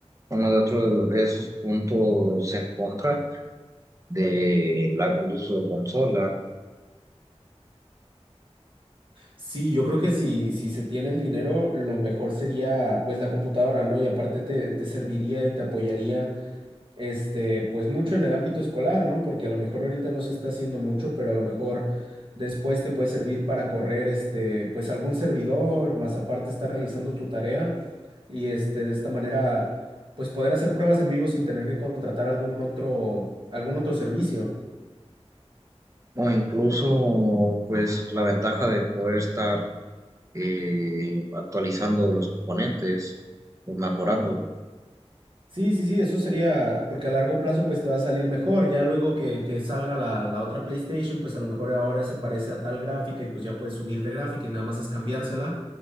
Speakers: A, on the right (about 30°); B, on the right (about 50°).
A: uno de otros de esos puntos en contra de la, el uso de consola,
B: Sí, yo creo que si, si se tiene el dinero, lo mejor sería pues la computadora, ¿no? Y aparte te, te serviría y te apoyaría este, pues mucho en el ámbito escolar, ¿no? Porque a lo mejor ahorita no se está haciendo mucho, pero a lo mejor después te puede servir para correr este, pues algún servidor, más aparte estar realizando tu tarea y este, de esta manera pues poder hacer pruebas en vivo sin tener que contratar algún otro, algún otro servicio.
A: o incluso pues la ventaja de poder estar eh, actualizando los componentes o mejorando.
B: Sí, sí, sí, eso sería, porque a largo plazo pues te va a salir mejor, ya luego que, que salga la, la otra PlayStation, pues a lo mejor ahora se parece a tal gráfica y pues ya puedes subir de gráfica y nada más es cambiársela